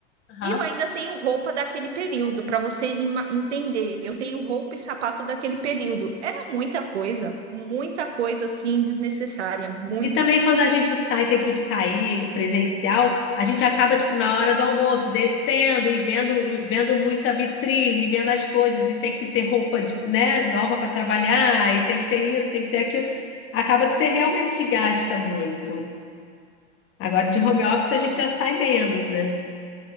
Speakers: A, on the left; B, on the right.
A: Aham.
B: E eu ainda tenho roupa daquele período, para você ima- entender. Eu tenho roupa e sapato daquele período. Era muita coisa, muita coisa assim desnecessária, muita.
A: E também quando a gente sai, tem que sair presencial, a gente acaba, tipo, na hora do almoço, descendo e vendo, vendo muita vitrine, vendo as coisas, e tem que ter roupa, de- né, nova para trabalhar, e tem que ter isso, tem que ter aquilo. Acaba que você realmente gasta muito. Agora de home office a gente
B: É,
A: já sai menos, né?